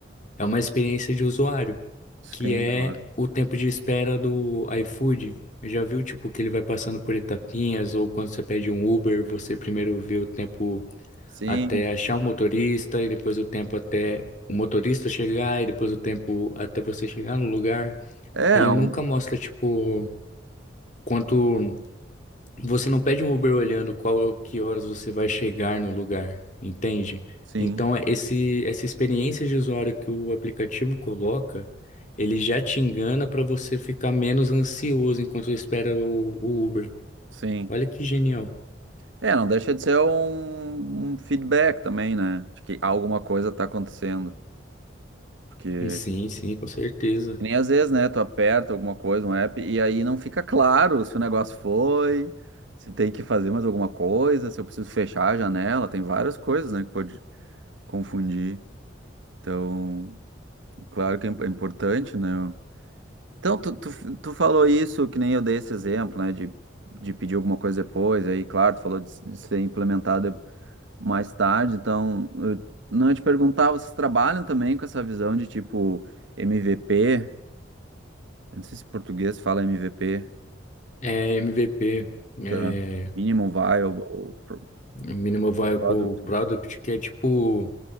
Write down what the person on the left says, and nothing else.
É uma experiência de usuário,
que é
o tempo de espera do iFood. Já viu, tipo, que ele vai passando por etapinhas, ou quando você pede um Uber, você primeiro vê o tempo
até achar um motorista, e depois o tempo até o motorista chegar, e depois o tempo até você chegar no lugar.
Ele
nunca mostra, tipo, quanto você não pede um Uber olhando qual que horas você vai chegar no lugar, entende?
Então, é esse, essa experiência de usuário que o aplicativo coloca, ele já te engana para você ficar menos ansioso enquanto espera o, o Uber.
Olha que genial.
Sim, sim, com certeza.
É MVP, é
Minimum Viable
Product, que é tipo,